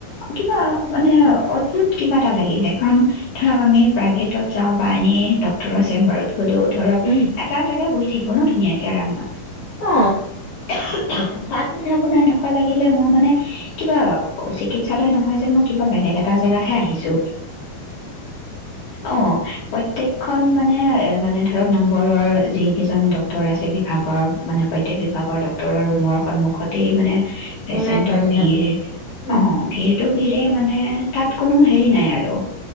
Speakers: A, on the left (about 60°); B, on the left (about 80°).
A: কিবা মানে অদ্ভুত কিবা এটা লাগিলে কাৰণ ধৰক আমি প্ৰাইভেটত যাওঁ বা এনে ডক্টৰৰ চেম্বাৰত হলেও ধৰক
B: উম
A: এটা এটাকে বহি থাকো ন ধুনীয়াকে কেৰমত
B: অ
A: <inaudible> তাত মানে আপোনাৰ এনেকুৱা লাগিলে মই মানে কিবা চিকিৎসালয় নহয় হয় যেন মই কিবা বেলেগ এটা জেগাত হে আহিছো অ প্ৰত্যেকখন মানে মানে ধৰক নম্বৰৰ যিকেইজন ডক্তৰ আছে বিভাগৰ মানে প্ৰত্যেক বিভাগৰ ডক্তৰৰ ৰুমৰ সন্মুখতেই মানে পেচেণ্টৰ
B: তেনেকুৱাই তেনেকুৱাই
A: ভিৰ
B: উম
A: অ ভিৰটো <unintelligible> মানে তাত কোনো হেৰি নাই আৰু